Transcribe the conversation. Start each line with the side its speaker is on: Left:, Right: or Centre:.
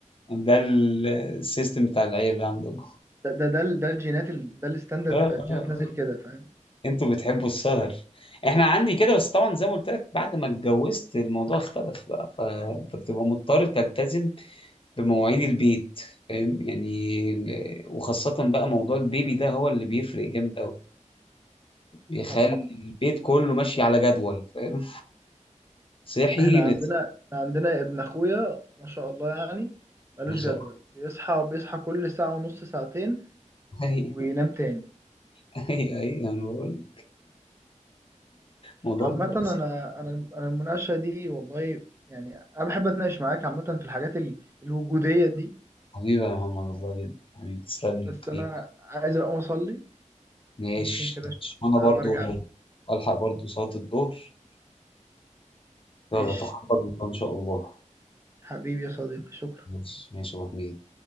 Left: ده ال- السيستم بتاع العيال اللي عندكم
Right: ده ده ده, ال- ده الجينات ال- ده الستاندرد
Left: اه اه
Right: بتاع الجينات
Left: آه.
Right: نازل كده فاهم
Left: انتوا بتحبوا السهر احنا عندي كده بس طبعا زي ما قلت لك بعد ما اتجوزت الموضوع اختلف بقى فانت بتبقى مضطر تلتزم بمواعيد البيت فاهم يعني ال- وخاصة بقى موضوع البيبي ده هو اللي بيفرق جامد قوي بيخلي
Right: آه طبعا
Left: البيت كله ماشي على جدول فاهم صحي
Right: احنا
Left: نزل
Right: عندنا احنا عندنا ابن اخويا ما شاء الله يعني ملوش
Left: ما شاء
Right: جدول
Left: الله
Right: بيصحى بيصحى كل ساعة ونص ساعتين
Left: <laughs>
Right: و-
Left: اي
Right: وينام تاني
Left: اي اي انا بقول الموضوع
Right: عامة
Left: بيبقى-
Right: انا انا انا المناقشة دي والله يعني انا بحب اتناقش معاك عامة في الحاجات ال- الوجودية دي
Left: حبيبي يا محمد والله جدا حبيبي تسلم لي
Right: بس
Left: كتير
Right: انا عايز اقوم اصلي
Left: ماشي
Right: ممكن كده
Left: ماشي.
Right: شوية
Left: وانا برضو
Right: وارجع
Left: الحق برضو صلاة الظهر يلا
Right: ماشي
Left: تخرج ان شاء الله
Right: حبيبي يا صديقي شكرا
Left: ماشي ماشي يا ابو حميد